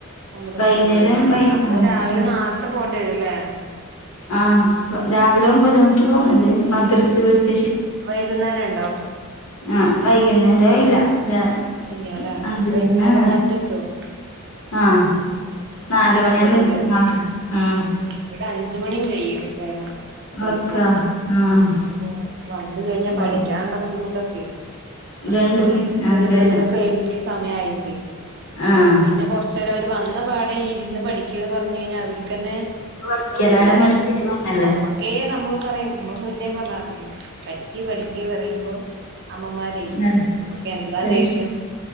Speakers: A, on the right; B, on the left.
A: ഒമ്പത്
B: വൈകുന്നേരം
A: മണിയാകുമ്പോൾ വരുല്ലേ
B: വൈ
A: അപ്പോള്
B: ആ
A: രാവിലെ
B: ഉം.
A: നേരത്തെ പോകേണ്ടി വരൂല്ലേ
B: ആഹ് രാവിലെ ഒമ്പത് മണിക്ക് പോകുന്നത് മദ്രസ വിട്ട
A: വൈകുന്നേരം ഉണ്ടോ
B: ഉം വൈകുന്നേരം ഇല്ല രാ
A: ഇല്ല അല്ലേ
B: അഞ്ച്
A: വൈകുന്നേരം
B: ആ
A: നേരത്തെ എത്തുവോ
B: ആഹ് നാല്
A: നടത്തത്തില്ല
B: മണി ആവുമ്പം എത്തും നാലോ ഉം
A: ഇവിടെ അഞ്ച് മണിയും കഴിയും വരാൻ ചിലപ്പോ
B: ഓക്കെ ആഹ്
A: അപ്പൊ വന്ന്‌ കഴിഞ്ഞാ
B: പോരും
A: പഠിക്കാനുള്ള ബുദ്ധിമുട്ടൊക്കെ വന്ന്
B: രണ്ടും
A: <unintelligible>
B: മിക്സ് അതന്നെ
A: കഴിമ്പഴേക്ക് സമയായില്ലേ
B: ആഹ്
A: പിന്നെ കുറച്ചു നേരം അവർ വന്ന പാടെ ഇരുന്ന് പഠിക്കന്ന് പറഞ്ഞു കഴിഞ്ഞാൽ അവര് ക്ക് തന്നെ
B: പഠിക്കലവിടെ
A: ഒരിതല്ലേ
B: മടുത്തിട്ട് വന്നല്ലേ
A: നമ്മ ക്കെ നമ്മൾ പറയും നമ്മള് മുന്നേ പറഞ്ഞാറില്ലേ പഠിക്ക്‌ പഠിക്ക് പറയുമ്പോ അമ്മമാരേ
B: നല്ല
A: നമ്മക്ക് എന്താ
B: പഠി
A: ദേഷ്യം